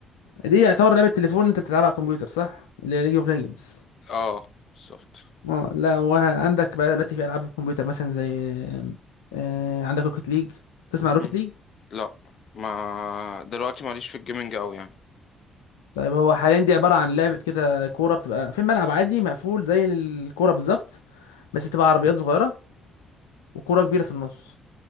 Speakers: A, on the left; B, on the left.
A: دي يعتبر لعبه تليفون انت بتلعبها على الكمبيوتر صح اللي هي ليج اوف ليجندز
B: اه بالظبط
A: اه لا وعندك بقى دلوقتي في العاب الكمبيوتر مثلا زي آه عندك روكيت ليج تسمع
B: مهم.
A: روكيت ليج
B: لا ما دلوقتي ماليش في الجيمنج قوي يعني
A: طيب هو حاليا دي عباره عن لعبه كده كوره بتبقى في ملعب عادي مقفول زي الكوره بالظبط بس بتبقى عربيات صغيره وكوره كبيره في النص